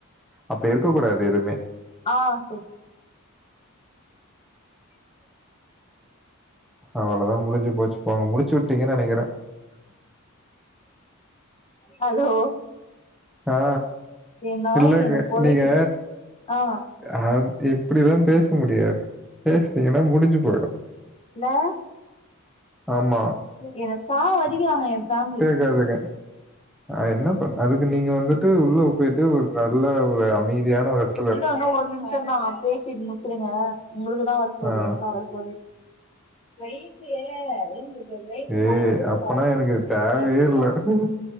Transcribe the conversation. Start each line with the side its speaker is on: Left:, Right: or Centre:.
Centre: அப்டி இருக்கக் கூடாது எதுமே
Left: ஆ செரி
Centre: அவ்ளோ தான் முடிஞ்சு போச்சு போங்க முடிச்சு விட்டீங்கன்னு நெனைக்கிறேன்
Left: ஹலோ
Centre: ஆ
Left: என் நாய்
Centre: சொல்லுங்க
Left: எனக்கு கொலைக்குது
Centre: நீங்க
Left: ஆ
Centre: அ இப்படில்லாம் பேச முடியாது பேஸ்னீங்கன்னா முடிஞ்சு போயிரும்
Left: ந
Centre: ஆமா
Left: என்ன சாவடிக்கிறாங்க என் ஃபேமிலி
Centre: அதுக அதுக அ என்ன பண் அதுக்கு நீங் க வந்துட்டு உள்ள போயிட்டு ஒரு நல்ல ஒரு அமைதியான ஒரு எடத்
Left: இல்ல இன்னும் ஒரு நிமிஷம் தான் பேசி முடிச்சுருங்க உங்ளுக்கு தான் வர போது
Centre: ஆ ம்.
Left: எனக்கா வரப்போது
Centre: <inaudible>
Left: நைட்டு <unintelligible> ஏ வெய்ட்டு மேல
Centre: ஏய்!
Left: விழக் கூடாது
Centre: அப்பனா எனக்கு
Left: அப்டிதா
Centre: இது தேவையே
Left: சொன்னிங்க
Centre: இல்ல.